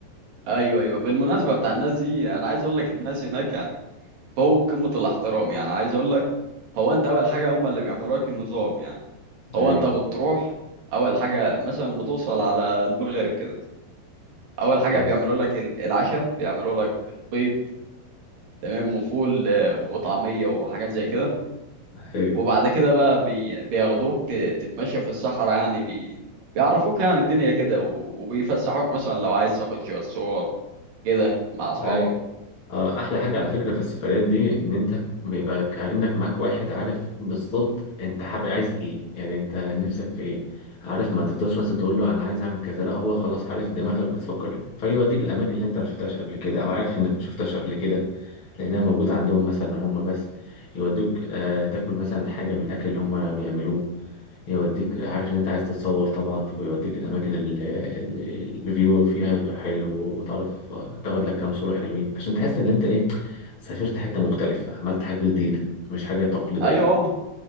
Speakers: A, on the right; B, on the left.
A: ايوه ايوه بالمناسبه بتاع الناس دي انا عايز اقول لك الناس هناك يعني فوق قمة الاحترام يعني عايز اقول لك هو انت اول حاجة هم اللي بيعملوا لك النظام يعني هو
B: أيوه
A: انت بتروح اول حاجة مثلا بتوصل على المغرب كده اول حاجة
B: ده-
A: بيعملوا لك ال- العشاء بيعملوا لك بيض تمام وفول آه، وطعمية وحاجات زي كده
B: أيوه
A: وبعد كده بقى بي... بياخدوك ت- تتمشى في الصحراء يعني بي... بيعرفوك يعني الدنيا كده و... وبيفسحوك مثلا لو عايز تاخد شوية صور كده مع اصحابك
B: أيوه آه، احلى حاجة على فكرة في السفريات دي ان انت بيبقى كأنك معاك واحد عارف بالظبط انت حابب عايز ايه يعني انت نفسك في ايه عارف ما تفضلش مثلا تقول له انا عايز اعمل كذا لا هو خلاص عارف دماغك بتفكر ايه فيوديك الاماكن اللي انت ما شفتهاش قبل كده او عارف انك ما شفتهاش قبل كده لانها موجودة عندهم مثلا هم بس يودوك آه تاكل مثلا حاجة من الاكل اللي هم بيعملوه يوديك عارف ان انت عايز تتصور طبعا فبيوديك الاماكن اللي الفيو فيها يبقى حلو وتعرف تاخد لك كام صورة حلوين عشان تحس ان انت ايه سافرت حتة مختلفة عملت حاجة جديدة مش حاجة تقليدية
A: ايوه هم